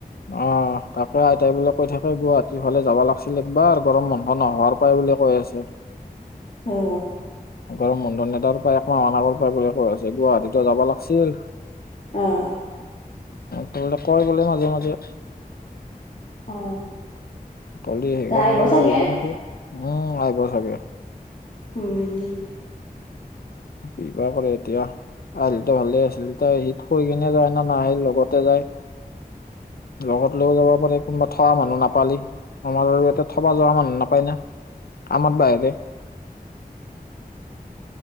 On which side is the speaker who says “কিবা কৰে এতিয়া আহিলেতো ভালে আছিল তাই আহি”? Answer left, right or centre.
Left